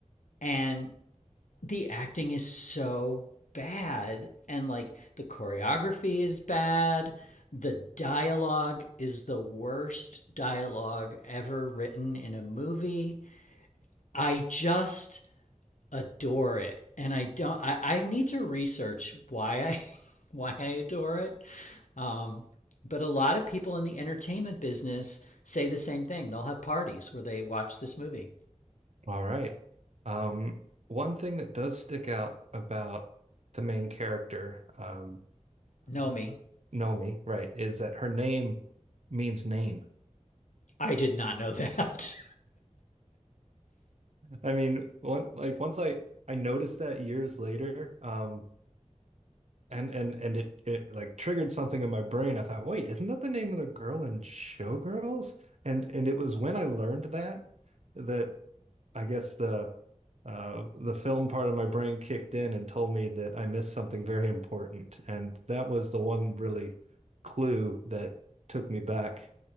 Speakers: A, on the left (about 85°); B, on the right (about 65°).
A: and the acting is so bad and like the choreography is bad. The dialogue is the worst dialogue ever written in a movie I just adore it, and I don't. I, I need to research why I <laughs> why I adore it. Um, but a lot of people in the entertainment business say the same thing. They'll have parties where they watch this movie.
B: All right. Um, one thing that does stick out about the main character, um,
A: Know
B: uh,
A: me?
B: Nomi, right, is that her name means name.
A: I did not know <laughs> that.
B: I mean, one like once I I noticed that years later, um, and and and it it like triggered something in my brain. I thought, wait, isn't that the name of the girl in Showgirls? And and it was when I learned that that I guess the uh, the film part of my brain kicked in and told me that I missed something very important, and that was the one really clue that took me back